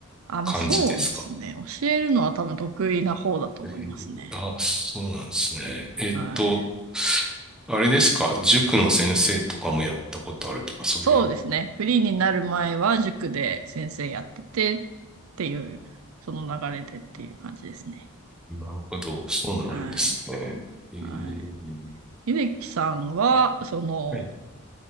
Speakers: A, on the right; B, in the centre.
A: あ、まあ、
B: 感じですか
A: そうですね。教えるのは多分得意な方だと思いますね。
B: えーあ、そうなんですね。えっと、
A: はい。
B: あれですか、塾の先生とかもやったことあるとか、そういう。
A: そうですね。フリーになる前は塾で先生やっててっていう、その流れでっていう感じですね。
B: なるほど、そうなんですね。
A: はい。
B: えー
A: はい。秀樹さんは、その、
B: はい。